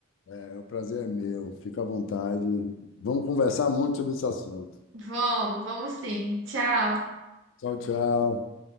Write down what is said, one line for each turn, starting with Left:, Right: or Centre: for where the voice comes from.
Left: É, o prazer é meu, fica à vontade. Vamos conversar muito sobre esse assunto.
Right: Vamos, vamos sim. Tchau.
Left: Tchau, tchau.